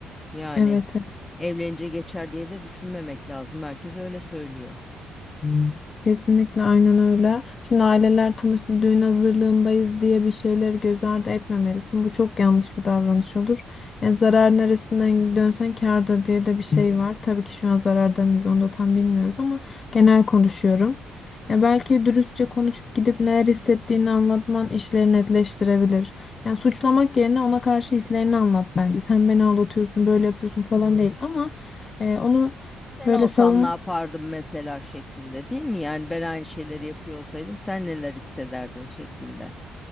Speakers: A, on the left (about 15°); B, on the left (about 40°).
A: Yani.
B: Evet.
A: Evlenince geçer diye de düşünmemek lazım. Herkes öyle söylüyor.
B: Hmm. Kesinlikle aynen öyle. Şimdi aileler tanıştı, düğün hazırlığındayız diye bir şeyleri göz ardı etmemelisin. Bu çok yanlış bir davranış olur. Yani zarar neresinden dönsen kârdır diye de bir şey var. Tabii ki şu an zararda mıyız onu da tam bilmiyoruz ama genel konuşuyorum. Ya belki dürüstçe konuşup gidip neler hissettiğini anlatman işleri netleştirebilir. Yani suçlamak yerine ona karşı hislerini anlat bence. Sen beni aldatıyorsun, böyle yapıyorsun falan değil ama e, onu
A: Sen
B: Böyle
A: olsan
B: savunma
A: ne yapardın mesela şeklinde değil mi? Yani ben aynı şeyleri yapıyor olsaydım sen neler hissederdin şeklinde.